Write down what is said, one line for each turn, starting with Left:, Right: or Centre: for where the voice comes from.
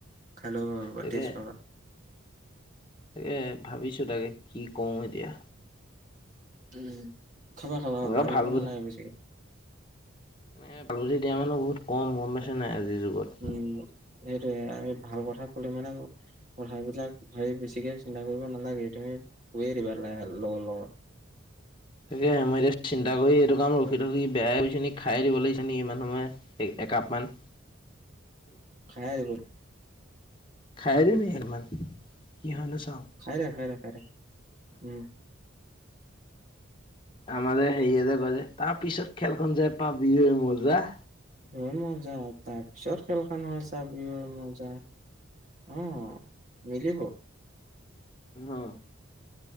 Right: খাই ল'ব পাৰ
Left: তাকে।
Right: টেষ্ট পাবা
Left: তাকে ভাবিছোঁ তাকে কি কৰোঁ এতিয়া?
Right: উম খাবা খাবা
Left: এনেকুৱা
Right: ভাবিব
Left: ভাল
Right: নালাগে বেছিকে?
Left: এনেকে ভাল বুদ্ধি দিয়া মানুহ বহুত কম গম পাইছন নাই আজিৰ যুগত।
Right: উম সেইটোয়ে আমি ভাল কথা কলে মানে। কথাবিলাক ভাবি বেছিকে চিন্তা কৰিব নালাগে তুমি কয়ে দিবা লগত লগত।
Left: তাকে মই এতিয়া চিন্তা কৰি এইটো কাম ৰখি ৰখি বেয়া হৈ গৈছো নেকি! খাই দিব লাগিছে নি ইমান সময়ে একাপ মান।
Right: খাই আহিবলৈ
Left: খাই দি এহোপ মানকি হয় নো চাওঁ।
Right: খাই দে খাই দে খাই দে উম।
Left: আমাৰে হেৰিয়েৰে কয় যে তাৰ পিছত খেলখন চাওঁ পাবি হে মজা।
Right: এ মজা তাৰ পিছত খেলখন ঐ চাবি ঐ মজা। উম, মিলিব।
Left: অ